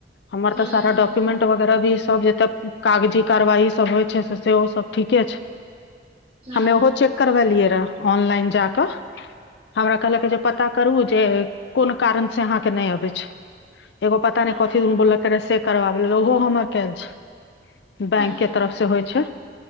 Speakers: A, on the left; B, on the right.
A: हमर
B: हूँ
A: तऽ सारा डक्युमेंट ब- तरह भी सब जते कागजी कार्यवाही सब होइ छै सेहो सब ठीके छै
B: ओ
A: हमे ओहो चेक कैलिए रहा ऑन लाईन जा क हमरा कहल पता करु से कोन कारण से अहाँके नहि अबै छै एगो पता नै
B: ओ
A: कथीदून बोललके रहा से करबाबै ला ओहो हमर केएल छै बैंक
B: ओ
A: के तरफ से होइ छै